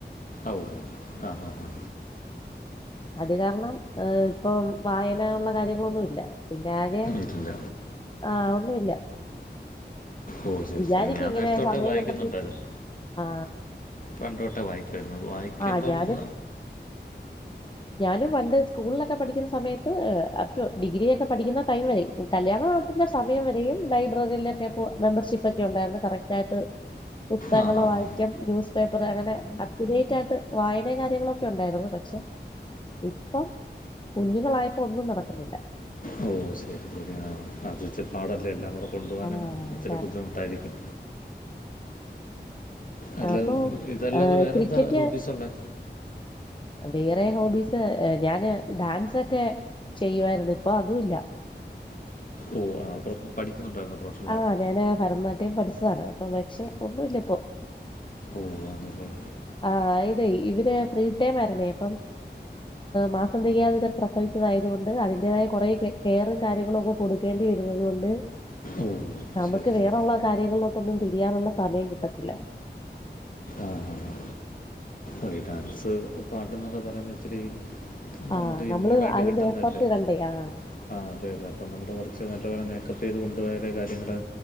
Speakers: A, on the left (about 50°); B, on the left (about 25°).
A: ഔ ആ ഹാ ഹാ
B: അത് കാരണം ഇപ്പം വായന ഉള്ള കാര്യങ്ങളൊന്നുല്ല പിന്നെ ആകെ
A: ഇല്ല
B: ആഹ് ഒന്നുമില്ല
A: ഓ ശരി
B: വിചാരിക്കും
A: ശരി ഞാൻ
B: ഇങ്ങനെ
A: നേരത്തോട്ട്
B: സമയം
A: വായിക്കുന്നുണ്ടായിരുന്നു
B: കണ്ടെത്തി ആ
A: പണ്ടോട്ടെ വായിക്കുമായിരുന്നു വായിക്കുമ്പംപ്പ
B: ആ ഞാനും ഞാനും പണ്ട് സ്കൂളിലൊക്കെ പഠിക്കുന്ന സമയത്ത് ആഫ്റ്റർ ഡിഗ്രിയൊക്കെ പഠിക്കുന്ന ടൈം വരെ കല്യാണവത്തിന്റെ സമയം വരയും ലൈബ്രറിയിലൊക്കെ മെമ്പർഷിപ്പ് ഒക്കെ ഉണ്ടായിരുന്നു കറക്റ്റ് ആയിട്ട് പുസ്തകങ്ങള്
A: ആ ഹാ
B: വായിക്കും.
A: ഹാ
B: ന്യൂസ് പേപ്പർ അങ്ങനെ അത്യുറേറ്റ് ആയിട്ട് വായനയും കാര്യങ്ങളൊക്കെ ഉണ്ടായിരുന്നു പക്ഷെ ഇപ്പം കുഞ്ഞുങ്ങളായപ്പോ ഒന്നും നടക്കുന്നില്ല
A: ഓ ശരി ശരി ആഹ് അത്ത്തി പാടല്ലേ എല്ലാം കൂടെ കൊണ്ടുപോകാനും
B: ആ
A: ഇത്തിരി
B: അതാണ്
A: ബുദ്ധിമുട്ടായിരിക്കും അല്ലാത
B: അപ്പോ
A: ഇതല്ലാതെ വേറെന്താ
B: ക്രിക്കറ്റ്
A: ഹോബീസ് ഉള്ളേ
B: വേറെ ഹോബീസ് ഞാന് ഡാൻസൊക്കെ ചെയ്യുവായിരുന്നു ഇപ്പൊ അതുംല്ല
A: ഓ ആഹ് അപ്പം പഠിക്കുന്നുണ്ടായിരുന്നു പ്രൊഫൻ
B: ആഹ് ഞാന് ഭരതനാട്യം പഠിച്ചതാണ് അപ്പൊ പക്ഷെ ഒന്നുമില്ല ഇപ്പോ
A: ഓ ആണല്ലേ
B: ആഹ് ഇതയ് ഇവര് ഫ്രീടൈമായിരുന്നേ അപ്പം മാസംന്തിക്കാവിത പ്രസവിച്ചതായതുകൊണ്ട് അതിന്റേതായ കുറെ കെയറും കാര്യങ്ങളും ഒക്കെ കൊടുക്കേണ്ടി വരുന്നത് കൊണ്ട്
A: ഓ
B: നമുക്ക്
A: ശരി
B: വേറെള്ള
A: ശരി
B: കാര്യങ്ങളിലോട്ടൊന്നും തിരിയാനുള്ള സമയം കിട്ടത്തില്ല
A: ആഹ് ആഹ് ഒയ് ഡാൻസ് പാട്ട് എന്നൊക്കെ പറയാന്ന് ഇച്ചിരി നമുക്ക്
B: ആഹ് നമ്മള്
A: ഇൻബോൺ ആയിട്ട്
B: അതിന്റെ
A: കിട്ടുന്നല്ലേ
B: എഫർട്ട് ഇടണ്ടേ ആഹ്
A: ആ അതെ അതെ അപ്പം നമ്മള് കൊറച്ച് നല്ലപോലെ മേക്കപ്പ് ചെയ്ത് കൊണ്ടു പോയാലേ കാര്യങ്ങള്